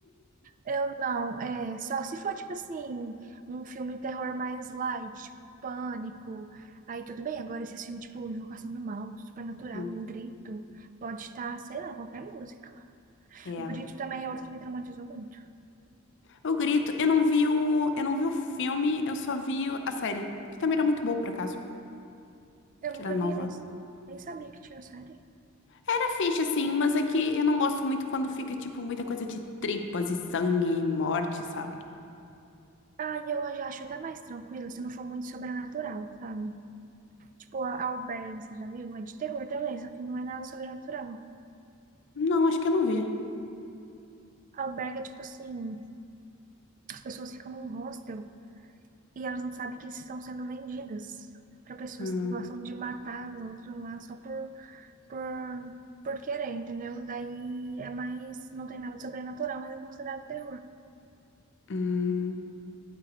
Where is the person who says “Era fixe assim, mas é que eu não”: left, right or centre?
Left